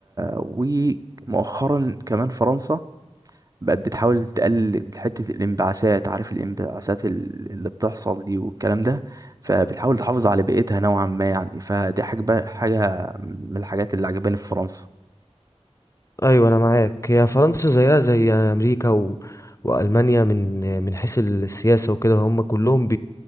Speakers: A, on the right (about 30°); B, on the left (about 30°).
A: ومؤخرا كمان فرنسا بقت بتحاول تقلل حتة الانبعاثات عارف الانبعاثات ال- اللي بتحصل دي والكلام ده فبتحاول تحافظ على بيئتها نوعا ما يعني فدي حاجة حاجة من الحاجات اللي عجباني في فرنسا
B: أيوه أنا معاك هي فرنسا زيها زي أمريكا و... وألمانيا من من حيث السياسة وكده هم كلهم